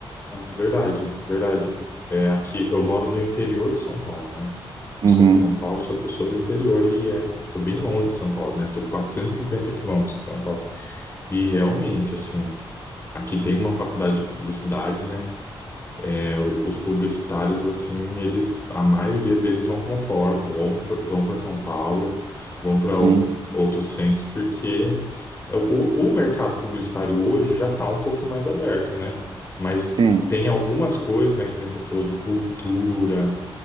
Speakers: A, on the left; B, on the right.
A: É, verdade, verdade. É, aqui, eu moro no interior de São Paulo, né?
B: Uhum,
A: Sou de São Paulo, só que eu sou do interior e é, tô bem longe de São Paulo, né? Tô 450 quilômetros de São Paulo. E realmente, assim, aqui tem uma faculdade de publicidade, né? É, o- Os publicitários, assim, eles, a maioria deles vão para fora, vão, pra- vão para São Paulo, vão para
B: sim,
A: outros centros, porque é o, o mercado publicitário hoje já está um pouquinho mais aberto, né? Mas
B: sim.
A: tem algumas coisas, né, que nem você falou de cultura,